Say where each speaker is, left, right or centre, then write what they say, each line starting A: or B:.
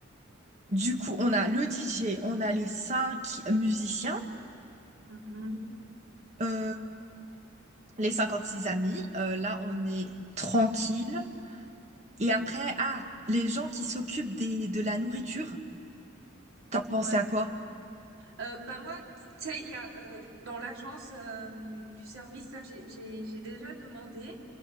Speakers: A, on the right (about 35°); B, on the right (about 75°).
A: Du coup, on a le DJ, on a les cinq musiciens,
B: Mhm.
A: euh, les six amis. Euh, là, on est tranquille. Et après, ah, les gens qui s'occupent des, de la nourriture. T'as pensé
B: Ouais.
A: à quoi?
B: Euh, bah moi, tu sais, il y a euh, dans l'agence euh, du service là, j'ai j'ai j'ai déjà demandé.